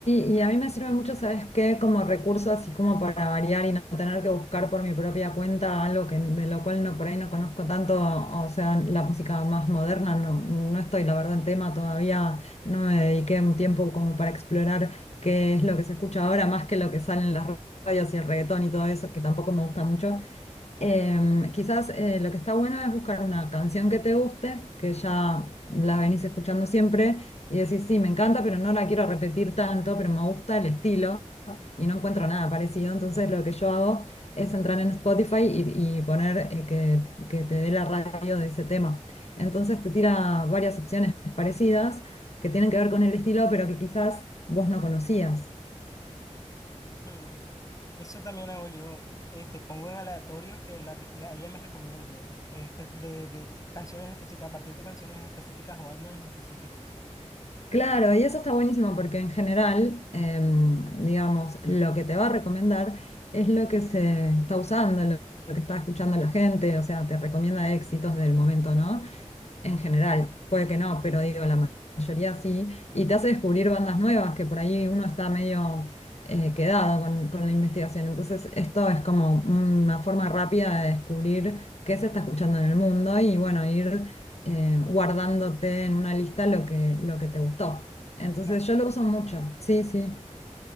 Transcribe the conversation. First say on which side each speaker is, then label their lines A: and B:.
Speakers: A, on the left (about 65°); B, on the left (about 30°).
A: y a mí me sirve mucho, ¿sabes qué? Como recurso, así como para variar y no tener que buscar por mi propia cuenta algo que, de lo cual no, por ahí no conozco tanto, o sea, la música más moderna, no, no estoy, la verdad, en tema todavía, no me dediqué un tiempo como para explorar qué es lo que se escucha ahora, más que lo que sale en las radios y el reggaetón y todo eso, que tampoco me gusta mucho, Em, quizás eh, lo que está bueno es buscar una canción que te guste, que ya la venís escuchando siempre y decís, sí, me encanta, pero no la quiero repetir tanto, pero me gusta el estilo y no encuentro nada parecido. Entonces lo que yo hago es entrar en Spotify y, y poner eh, que, que te dé la radio de ese tema. Entonces te tira varias opciones parecidas que tienen que ver con el estilo, pero que quizás vos no conocías.
B: Hmm. Eso también hago yo. Este, pongo en aleatorio que la, re- la- ella me recomiende espe- de, de canciones específicas, a partir de canciones en específicas o álbumes en específicos.
A: Claro, y eso está buenísimo porque en general, em, digamos, lo que te va a recomendar es lo que se está usando, lo, lo que está escuchando la gente, o sea, te recomienda éxitos del momento, ¿no? en general, puede que no, pero digo, la ma- mayoría sí, y te hace descubrir bandas nuevas que por ahí uno está medio eh, quedado con, con la investigación. Entonces, esto es como una forma rápida de descubrir qué se está escuchando en el mundo y bueno, ir eh, guardándote en una lista lo que, lo que te gustó. Entonces,
B: Claro.
A: yo lo uso mucho, sí, sí.